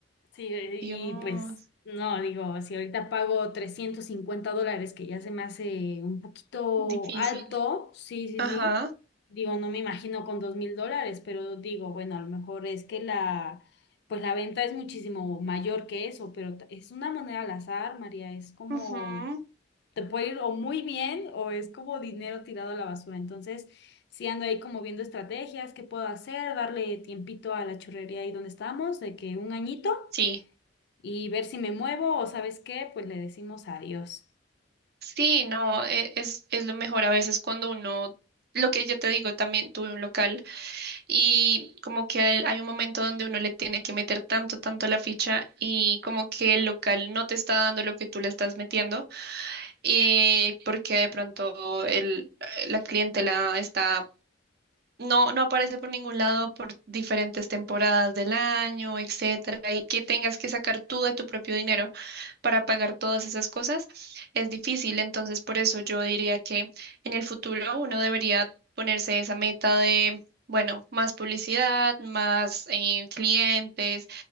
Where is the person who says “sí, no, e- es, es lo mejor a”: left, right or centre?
Right